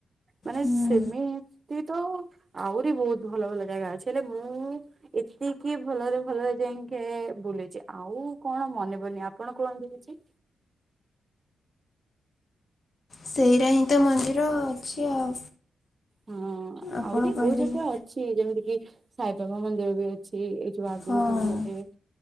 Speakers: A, on the right; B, on the left.
A: ମାନେ
B: ହୁଁ।
A: ସେମିତି ତ ଆହୁରି ବହୁତ ଭଲ ଭଲ ଜାଗା ଅଛି ହେଲେ ମୁଁ ଏତିକି ଭଲରେ ଭଲରେ ଯାଇକି ବୁଲିଛି, ଆଉ କଣ ମନେ ପଡୁନି ଆପଣ କୁହନ୍ତୁ କିଛି।
B: ସେଇଟା ହିଁ ତ ମନ୍ଦିର ଅଛି ଆଉ।
A: ହଁ,
B: ଆପଣ
A: ଆହୁରି
B: କହିଲେ
A: ବହୁତ ଜାଗା
B: ଯେ
A: ଅ ଛି, ଯେମିତି କିି ସାଇବାବା ମନ୍ଦିର ବି ଅଛି, ଏଇ ଯୋଉ ଆଗକୁ
B: ହଁ।
A: ଗଲେ।